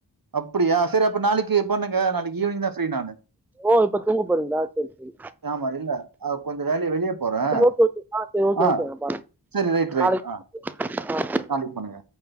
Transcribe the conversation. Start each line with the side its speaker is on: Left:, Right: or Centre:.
Right: அப்படியா சரி அப்ப நாளைக்கு பண்ணுங்க நாளைக்கு ஈவினிங் தா ஃப்ரீ நானு
Centre: ஓ இப்போ தூங்க போறீங்களா சரி சரி
Right: ஆமா இல்ல அது கொஞ் வேலயா வெளியே போறே
Centre: சரி ஓகே ஓகே சரி ஓகே
Right: ஆ
Centre: ஓகே நான் பாருங்க
Right: சேரி ரைட்
Centre: நாளைக்கு
Right: ரைட் ஆ
Centre: ஆ சரி
Right: நாளைக்கு பண்ணுங்க